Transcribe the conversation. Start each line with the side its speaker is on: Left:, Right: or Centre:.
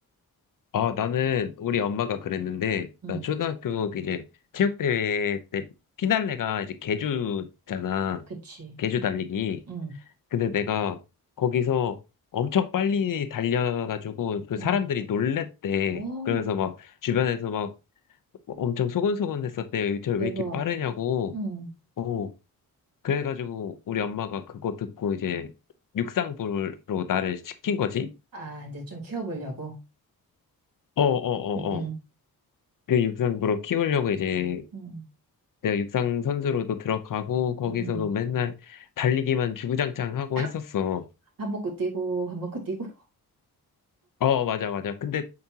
Left: 어, 나는 우리 엄마가 그랬는데,
Right: 응,
Left: 나 초등학교 그 이제 체육대회 때 피날레가 이제 계주잖아.
Right: 그치.
Left: 계주 달리기.
Right: 응,
Left: 근데 내가 거기서 엄청 빨리 달려가지고 그
Right: 응.
Left: 사람들이 놀랬대.
Right: 오,
Left: 그래서 막 주변에서 엄청 소곤소곤했었대요. 유철
Right: 대박.
Left: 왜 이렇게 빠르냐고.
Right: 응.
Left: 어, 그래가지고 우리 엄마가 그거 듣고 이제 육상부로 나를 시킨 거지.
Right: 아, 이제 좀 키워보려고.
Left: 어, 어, 어,
Right: 응, 응,
Left: 어. 그 육상부로 키우려고 이제
Right: 응,
Left: 내가 육상 선수로도 들어가고 거기서도
Right: 응.
Left: 맨날 달리기만 주구장창 하고
Right: <laughs>
Left: 했었어.
Right: 밥 먹고 뛰고, 밥 먹고 뛰고.
Left: 어, 맞아, 맞아. 근데